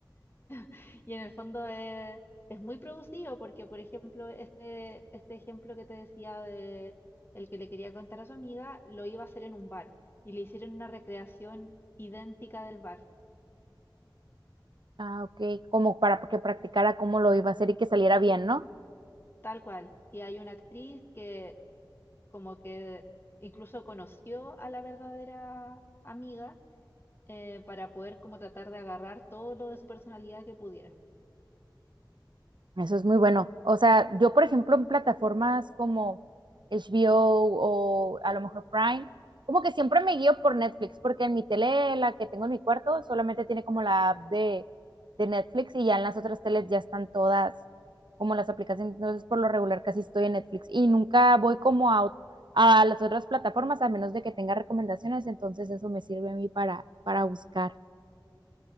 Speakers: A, on the left; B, on the right.
A: <laughs> y en el fondo es, es muy producido porque, por ejemplo, este, este ejemplo que te decía de el que le quería contar a su amiga, lo iba a hacer en un bar y le hicieron una recreación idéntica del bar,
B: Ah, ok. Como para que practicara cómo lo iba a hacer y que saliera bien, ¿no?
A: tal cual. Y hay una actriz que como que incluso conoció a la verdadera amiga eh, para poder como tratar de agarrar todo lo de su personalidad que pudiera.
B: Eso es muy bueno. O sea, yo, por ejemplo, en plataformas como HBO o o a lo mejor Prime, como que siempre me guío por Netflix, porque en mi tele, la que tengo en mi cuarto, solamente tiene como la app de, de Netflix y ya en las otras teles ya están todas como las aplicaciones. Entonces, por lo regular, casi estoy en Netflix y nunca voy como a, ot- a las otras plataformas, a menos de que tenga recomendaciones. Entonces, eso me sirve a mí para, para buscar.